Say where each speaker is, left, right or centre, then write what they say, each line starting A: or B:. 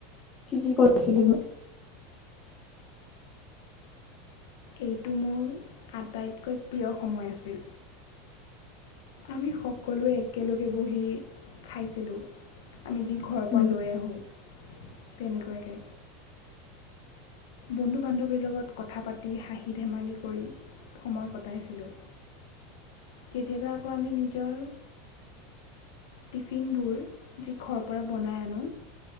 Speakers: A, on the left; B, on the left.
A: কি কি কৰিছিলো
B: এইটো মোৰ আটাইতকৈ প্ৰিয় সময় আছিল আমি সকলোৱে একেলগে বহি খাইছিলোঁ আমি যি ঘৰৰ
A: উম,
B: পৰা লৈ আহোঁ তেনেকোৱাকে বন্ধু বান্ধৱীৰ লগত কথা পাতি হাঁহি ধেমালি কৰি সময় কটাইছিলোঁ কেতিয়াবা আকৌ আমি নিজৰ টিফিনবোৰ যি ঘৰৰ পৰা বনাই আনো